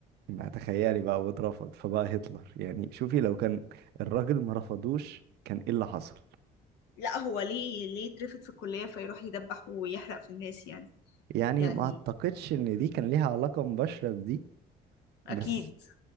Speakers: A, on the right; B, on the left.
A: ما تخيلي بقى واترفض فبقى هتلر يعني شوفي لو كان الراجل ما رفضوش كان ايه اللي حصل
B: لا هو ليه ليه اترفد في الكليه فيروح يدبح ويحرق في الناس يعني
A: يعني
B: يعني
A: ما اعتقدش ان دي كان ليها علاقة مباشرة بدي بس
B: اكيد